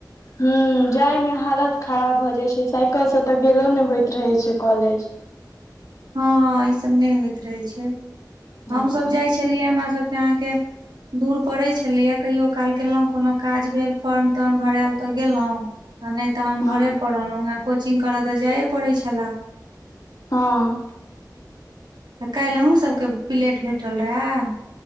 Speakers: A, on the left (about 50°); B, on the right (about 85°).
A: हम्म जायमे हालत खराब भऽ जाइ छै साइकल से तऽ गेलो नहि होइत रहै छै कॉलेज।
B: हँ ई सब नहि होइत रहे छै हमसभ
A: हँ
B: जाइ छलियै हमरा सबके अहाँके दूर पड़ै छलैए कहियो काल गेलहुँं कोनो काज भेल फॉर्म ताॅर्म भरैल तऽ गेलौं आ नै तहन
A: हँ
B: घरे पर रहलौं ओना कोचिंग करऽ तऽ जाए पड़ै छलै।
A: हँ
B: तऽ काइल अहूँ सबके पिलेट भेटल रहए?